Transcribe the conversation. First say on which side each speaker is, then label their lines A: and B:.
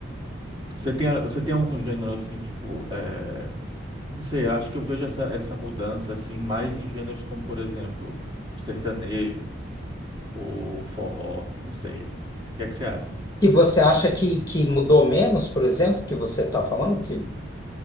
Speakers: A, on the right; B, on the left.
A: Você tem, você tem algum gênero assim, tipo, é, não sei, eu acho que eu vejo essa, essa mudança assim mais em gêneros como, por exemplo, sertanejo ou forró, não sei. O que é que você acha?
B: Que você acha que, que mudou menos, por exemplo, que você está falando, que